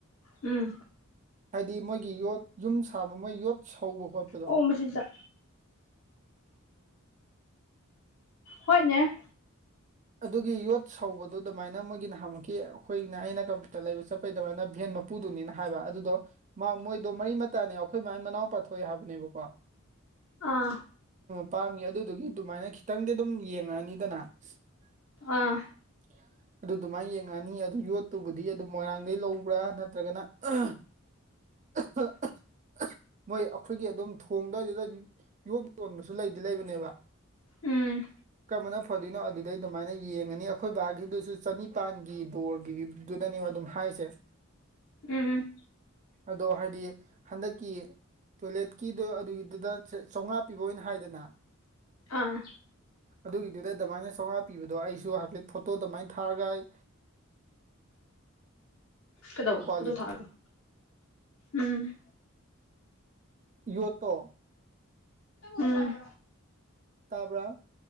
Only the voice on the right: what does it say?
ꯍꯥꯏꯗꯤ ꯃꯣꯏꯒꯤ ꯌꯣꯠ ꯌꯨꯝ ꯁꯥꯕ ꯃꯣꯏ ꯌꯣꯠ ꯁꯧꯕ ꯈꯣꯠꯄꯗꯣ
ꯑꯗꯨꯒꯤ ꯌꯣꯠ ꯁꯧꯕꯗꯨ ꯑꯗꯨꯃꯥꯏꯅ ꯃꯣꯏꯒꯤ ꯅꯍꯥꯟꯃꯨꯛꯈꯤ ꯑꯩꯈꯣꯏꯅ ꯑꯩꯅ ꯀꯝꯄ꯭ꯌꯨꯇꯔ ꯂꯩꯕ ꯆꯠꯄꯩ ꯑꯗꯨꯃꯥꯏꯅ ꯚꯦꯟ ꯃ ꯄꯨꯗꯨꯅꯤꯅ ꯍꯥꯏꯕ ꯑꯗꯨꯗꯣ ꯃꯥ ꯃꯣꯏꯗꯣ ꯃꯔꯤ ꯃꯇꯥꯅꯦ ꯑꯩꯈꯣꯏ ꯃꯥꯏ ꯃꯅꯥꯎ ꯄꯥꯊꯣꯛꯑꯦ ꯍꯥꯏꯕꯅꯦꯕꯀꯣ
ꯄꯥꯝꯈꯤ ꯑꯗꯨꯗꯨꯒꯤ ꯑꯗꯨꯃꯥꯏꯅ ꯈꯤꯇꯪꯗꯤ ꯑꯗꯨꯝ ꯌꯦꯡꯉꯛꯑꯅꯤꯗꯅ <unintelligible>
ꯑꯗꯨ ꯑꯗꯨꯃꯥꯏꯅ ꯌꯦꯡꯉꯛꯑꯅꯤ ꯑꯗꯨ ꯌꯣꯠꯇꯨꯕꯨꯗꯤ ꯑꯗꯨꯝ ꯃꯣꯏꯔꯥꯡꯗꯒꯤ ꯂꯧꯕ꯭ꯔꯥ ꯅꯠꯇ꯭ꯔꯒꯅ <unintelligible> ꯃꯣꯏ ꯑꯩꯈꯣꯏꯒꯤ ꯑꯗꯨꯝ ꯊꯣꯡꯗꯥꯏꯗꯨꯗ ꯗꯨꯝ ꯌꯣꯠ ꯌꯣꯟꯕꯁꯨ ꯂꯩꯗꯤ ꯂꯩꯕꯅꯦꯕ
ꯀꯔꯃꯅ ꯐꯗꯣꯏꯅꯣ ꯑꯗꯨ ꯑꯗꯨꯗꯩ ꯑꯗꯨꯃꯥꯏꯅ ꯌꯦꯡꯉꯅꯤ ꯑꯩꯈꯣꯏ ꯕꯥꯒꯤꯗꯨꯁꯨ ꯆꯅꯤꯄꯥꯟꯒꯤ ꯗꯣꯔꯒꯤꯗꯨꯗꯅꯦꯕ ꯑꯗꯨꯝ ꯍꯥꯏꯁꯦ <inaudible>
ꯑꯗꯣ ꯍꯥꯏꯗꯤ ꯍꯟꯗꯛꯀꯤ ꯇꯣꯏꯂꯦꯠꯀꯤꯗꯨ ꯑꯗꯨꯒꯤꯗꯨꯗ ꯆꯝꯉꯥ ꯄꯤꯕ ꯑꯣꯏꯅ ꯍꯥꯏꯗꯅ
ꯑꯗꯨꯒꯤꯗꯨꯗ ꯑꯗꯃꯥꯏꯅ ꯆꯧꯉꯥ ꯄꯤꯕꯗꯣ ꯑꯩꯁꯨ ꯍꯥꯏꯐꯦꯠ ꯐꯣꯇꯣ ꯗꯨꯃꯥꯏꯅ ꯊꯥꯔꯒ ꯑꯩ
ꯀ꯭ꯋꯥꯂꯤꯇꯤ
ꯌꯣꯠꯇꯣ
ꯇꯥꯕ꯭ꯔꯥ